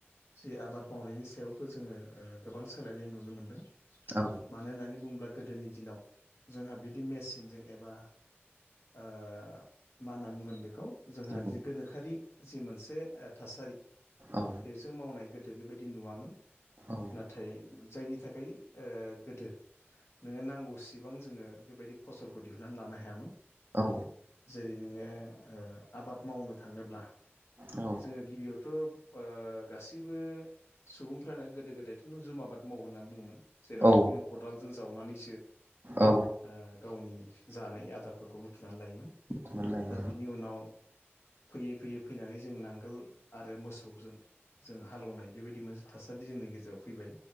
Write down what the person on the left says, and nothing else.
जि आबाद मावनायनि सायावबो जोङो ओ गोबां सोलायनाय नुनो मोनदों
मानो होननानै बुङोब्ला गोदोनि दिनाव जोंहा बिदि मेचनजों एबा ओ मा होनना बुंगोन बेखौ जोंहा
गोनोखो जि मोनसे ओ थासारि
बेजों मावनाय गोदो बेबायदि नुवामोन
नाथाय जायनि थाखाय ओ गोदो नोङो नांगौसिबां जोङो बेबायदि फसलखौ दिहुननानै लानो हायामोन
जेरै नोङो ओ आबाद मावनो थाङोब्ला
जोङो गिबियावथ' ओ गासैबो सुबुंफ्रानो गोदो गोदायथ' जुम आबाद मावो होनना बुङोमोन जेरावनोखि
नों खदालजों जावनानैसो
ओ गावनि जानाय आदारफोरखौ बुथुमनानै लायोमोन
दा बि बिनि उनाव फैयै फैयै फैनानै जों नांगोल आरो मोसौजों जों हालौवनाय बेबायदि मोनसे थासारि जोंनि गेजेराव फैबाय